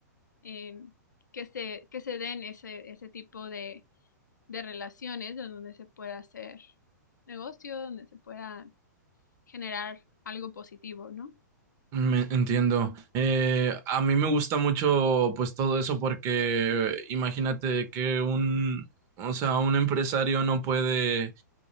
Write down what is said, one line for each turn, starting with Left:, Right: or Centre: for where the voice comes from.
Left: eh, que, se, que se den ese, ese tipo de, de relaciones en donde se pueda hacer negocio, donde se pueda generar algo positivo, ¿no?
Right: Me entiendo. Eh, a mí me gusta mucho pues todo eso porque imagínate que un, o sea, un empresario no puede